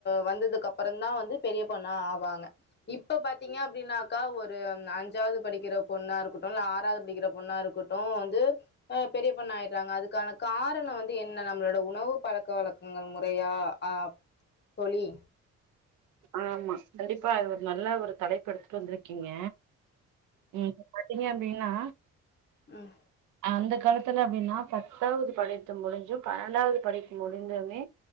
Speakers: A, on the left (about 35°); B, on the right (about 80°).
A: வந்ததுக்கு அப்புறந்தா வந்து பெரிய பொண்ணா ஆவாங்க இப்ப பாத்தீங்க அப்படின்னாக்கா ஒரு அஞ்சாவது படிக்கிற பொண்ணா இருக்கட்டு இல்ல ஆறாது படிக்கிற பொண்ணா இருக்கட்டு வந்து அஹ் பெரிய பொண்ணாயிடுறாங்க அதுக்கான காரணோ வந்து என்ன நம்மளோட உணவு பழக்க வழக்கங்கள் முறையா ஆ தோழி
B: ஆமா கண்டிப்பா அது ஒரு நல்ல ஒரு தலைப்பெடுத்துட்டு வந்திருக்கீங்க இப்ப பாத்தீங்க அப்படின் னா
A: உம்
B: அந்த காலத்துல அப்படின்னா பத்தாவ்து படித்து முடிஞ்சு பண்ணென்டாவது படிப்பு முடிஞ்சுமே